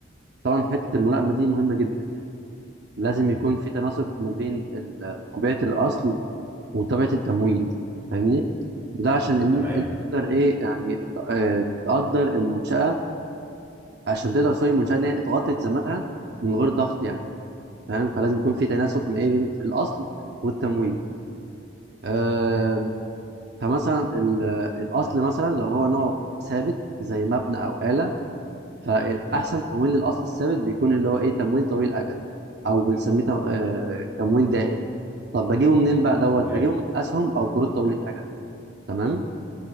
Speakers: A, on the right; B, on the right.
A: طبعا حتة الملائمة دي مهمة جدا لازم يكون
B: مم.
A: في تناسب ما بين ال- طبيعة الأصل وطبيعة التمويل فاهمني؟ ده عشان ان
B: تمام
A: انت تقدر ايه يعني آه، تقدر المنشأة عشان تقدر سوري المنشأة ان هي تغطي التزاماتها من غير ضغط يعني فاهم؟ فلازم يكون في تناسب ما إيه بين الأصل والتمويل آه، فمثلا ال- الاصل مثلا لو هو نوع ثابت زي مبنى او آلة فالاحسن
B: مم.
A: تمويل للاصل الثابت بيكون اللي هو ايه تمويل طويل الاجل او بنسميه تم- آه، تمويل دائم طب بجيبه منين بقى دوت
B: تمام
A: بجيبه من اسهم او قروض طويله اجل تمام